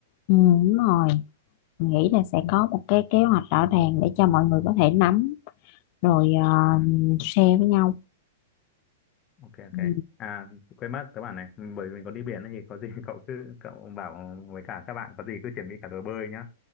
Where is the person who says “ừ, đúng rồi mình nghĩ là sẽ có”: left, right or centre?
Left